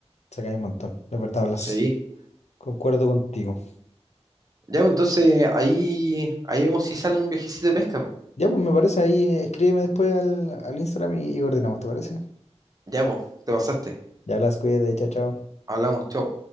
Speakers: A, on the left (about 80°); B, on the right (about 35°).
A: Se cae un montón. De verdad hablas.
B: Sí.
A: Concuerdo contigo.
B: Ya, pues, entonces ahí, ahí vemos si sale un viajecito de pesca.
A: Ya, pues me parece ahí. eh, Escríbeme después al, al Instagram y y coordinamos, ¿te parece?
B: Ya, pues, te pasaste.
A: Ya las cuídate, chao, chao.
B: Hablamos, chau.